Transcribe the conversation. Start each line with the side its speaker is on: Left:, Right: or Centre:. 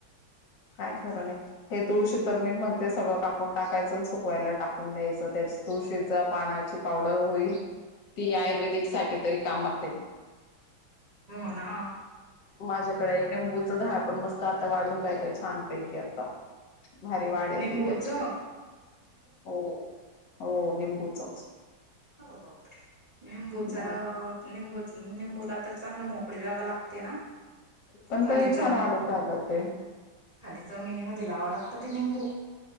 Left: काय खर नाही. हे तुळशी तर मी म्हणते सगळं कापून टाकायचं सुकवायला टाकून द्यायचं त्याच. तुळशीचा पाण्याची पावडर होईल ती आयुर्वेदिक साठी तरी कामात आहे.
Right: होना
Left: माझ्याकडे निेंबूचं झाड पण मस्त आता वाढून राहील छान पैकी आता भारी वाढ यते
Right: निंबूच
Left: त्याची हो, हो निंबूचच
Right: पर निंबूचा
Left: मग
Right: निंबू निंबूला तर चांगलं मोकळे जागा लागत. ते ना
Left: पण
Right: खाली
Left: तरी छान
Right: जमनी
Left: वाढून राहिलं ते
Right: खाली जमिनीमध्ये लावं लागतं ते निंबू